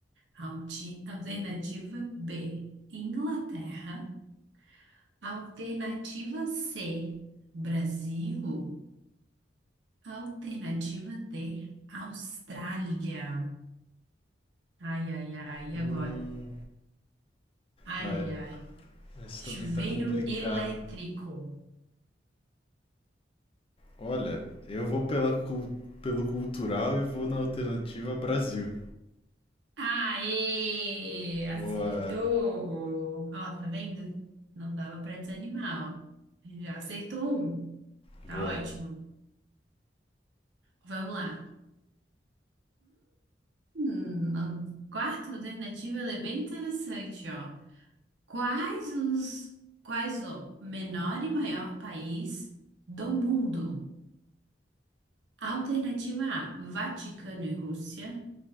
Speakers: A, on the right; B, on the left.
A: Alti- Alternativa B, Inglaterra. Alternativa C, Brasil. Alternativa D, Austrália. Ai, ai, ai, e
B: Hum.
A: agora? Ai,
B: Ah,
A: ai,
B: é.
A: ai.
B: esse
A: Chuveiro
B: também tá complicado.
A: elétrico.
B: Olha, eu vou pela, cul- pelo cultural e vou na alternativa Brasil.
A: Aê! Acertou!
B: Boa.
A: Ó, tá vendo? Não dava pra desanimar, ó. Já acertou um.
B: Boa.
A: Tá ótimo. Vamos lá. Hum, a quarta alternativa ela é bem interessante, ó. Quais os quais o menor e maior país do mundo? Alternativa A, Vaticano e Rússia.